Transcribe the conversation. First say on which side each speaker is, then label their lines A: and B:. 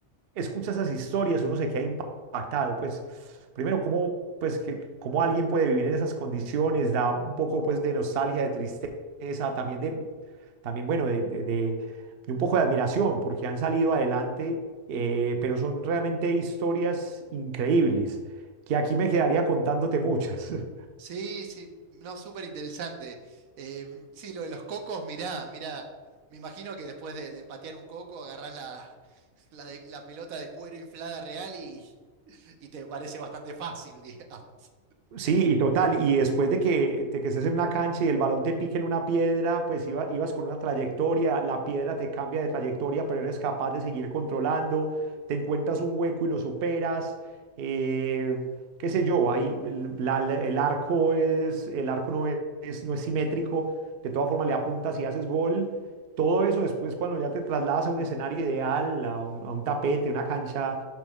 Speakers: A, on the right; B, on the right.
A: escucha esas historias, uno se queda impactado, pues primero, cómo, pues, que- cómo alguien puede vivir en esas condiciones, da un poco pues de nostalgia, de tristeza, también de, también bueno, de, de- de- de un poco de admiración, porque han salido adelante, eh, pero son realmente historias increíbles, que aquí me quedaría contándote muchas. <laughs>
B: sí, sí, no, súper interesante. Eh, sí, lo de los cocos, mirá, mirá, me imagino que después de, de patear un coco agarrás la, la de- la pelota de cuero inflada real y, y te parece bastante fácil, <laughs> digamos.
A: Sí, y total. Y después de que, de que estés en una cancha y el balón te pique en una piedra, pues iba- ibas con una trayectoria, la piedra te cambia de trayectoria, pero eres capaz de seguir controlando, te encuentras un hueco y lo superas. eh, qué sé yo, ahí el, la- la- el arco es, el arco no es, no es simétrico, de todas formas le apuntas y haces gol. Todo eso después cuando ya te trasladas a un escenario ideal, a un, a un tapete, una cancha